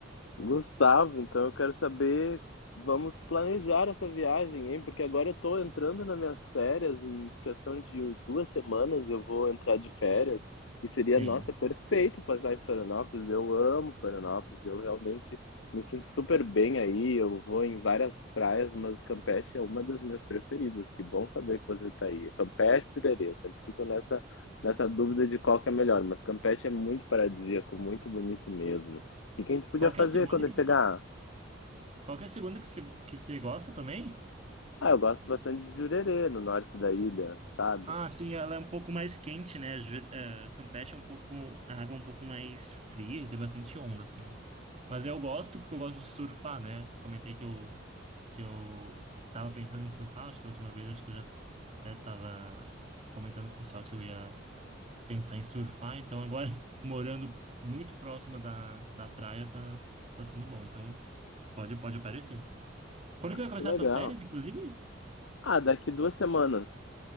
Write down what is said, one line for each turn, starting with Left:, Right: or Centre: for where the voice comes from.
Left: Gustavo, então eu quero saber, vamos planejar essa viagem, hein? Porque agora eu tô entrando nas minhas férias, em questão de duas semanas eu vou entrar de férias, e seria,
Right: Sim.
Left: nossa, perfeito passar em Florianópolis. Eu amo Florianópolis, eu realmente me sinto super bem aí. Eu vou em várias praias, mas Campeche é uma das minhas preferidas. Que bom saber que você está aí. Campeche, Pirerê, eu sempre fico nessa, nessa dúvida de qual que é melhor, mas Campeche é muito paradisíaco, muito bonito mesmo. O que que a gente podia
Right: Qualquer
Left: fazer
Right: segunda
Left: quando ele
Right: que você,
Left: chegar?
Right: qualquer segunda que você, que você gosta também?
Left: Ah, eu gosto bastante de Jurerê, no norte da ilha, sabe?
Right: Ah, sim, ela é um pouco mais quente, né? Ju- é, Campeche é um pouco, a água é um pouco mais fria e tem bastante onda, assim. Mas eu gosto porque eu gosto de surfar, né? Comentei que eu que eu tava pensando em surfar, acho que a última vez, acho que eu já até tava comentando com o pessoal que eu ia pensar em surfar, então agora <laughs> morando muito próxima da, da praia tá, tá sendo bom, então pode, pode aparecer. Quando que
Left: Ah,
Right: vai começar
Left: que
Right: as
Left: legal.
Right: tuas férias, inclusive?
Left: Ah, daqui duas semanas.